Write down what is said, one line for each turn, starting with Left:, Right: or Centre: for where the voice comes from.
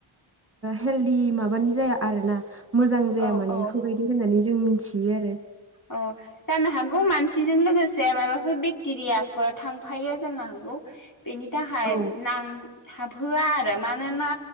Right: हेलदि माबानि जाया आर ना? मोजां जाया
Left: औ
Right: माने
Left: औ
Right: बेफोरबायदि होननानै जों मिथियो आरो।
Left: अ जानो हागौ मानसिजों लो गोसे माबाफोर बेक्टेरियाफोर थांफायो जानो हागौ बेनि थाखाय
Right: औ
Left: नां थाबहोआ आरो मानोना